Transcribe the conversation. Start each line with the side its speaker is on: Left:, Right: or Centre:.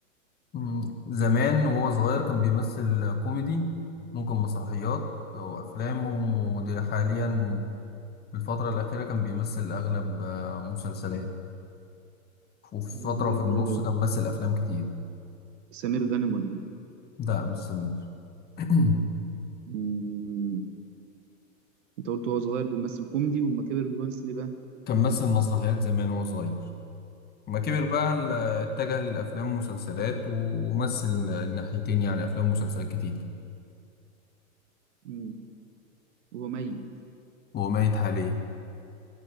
Left: مم، زمان وهو صغير كان بيمثل كوميدي ممكن مسرحيات وأفلام ودي حاليا في الفترة الأخيرة كان بيمثل أغلب آه، مسلسلات وفي
Right: آه،
Left: فترة في النص كان مثل أفلام كتير
Right: سمير غانم ولا مين؟
Left: ده مش سمير <clears throat>
Right: مم، أنت قلت وهو صغير بيمثل كوميدي وأما كبر بيمثل إيه بقى؟
Left: كان مثل مسرحيات زمان وهو صغير ما كبر بقى ال- اتجه للأفلام والمسلسلات و- ومثل الناحيتين يعني أفلام ومسلسلات كتير
Right: مم، وهو ميت
Left: وهو ميت حاليا